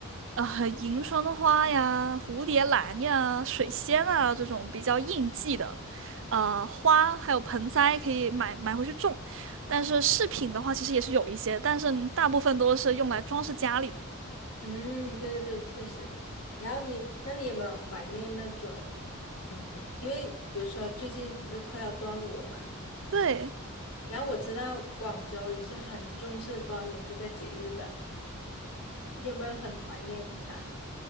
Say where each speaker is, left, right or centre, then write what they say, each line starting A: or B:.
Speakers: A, on the right; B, on the left.
A: 呃，迎春花呀、蝴蝶兰呀、水仙啊这种比较应季的，呃，花还有盆栽可以买买回去种。但是饰品的话，其实也是有一些，但是大部分都是用来装饰家里的。
B: 嗯，对对对，确实。然后你，那你有没有怀念那种，嗯，因为比如说最近不是快到端午了嘛，
A: 对，
B: 然后我知道广州也是很重视端午这个节日的，你有没有很怀念它？